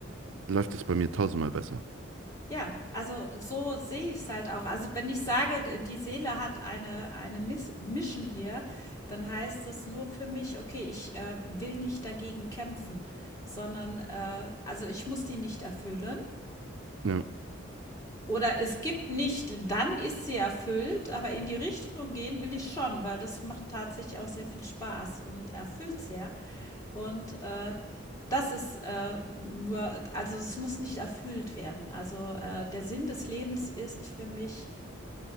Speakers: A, on the right; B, on the left.
A: läuft es bei mir tausendmal besser.
B: Ja, also so sehe ich es halt auch. Also wenn ich sage, d- die Seele hat eine, eine Miss Mission hier, dann heißt es nur für mich, okay, ich äh, will nicht dagegen kämpfen, sondern äh, also ich muss die nicht erfüllen,
A: Ja.
B: Oder es gibt nicht, dann ist sie erfüllt, aber in die Richtung gehen will ich schon, weil das macht tatsächlich auch sehr viel Spaß und erfüllt sehr. Und äh, das ist äh, nur, also es muss nicht erfüllt werden. Also äh, der Sinn des Lebens ist für mich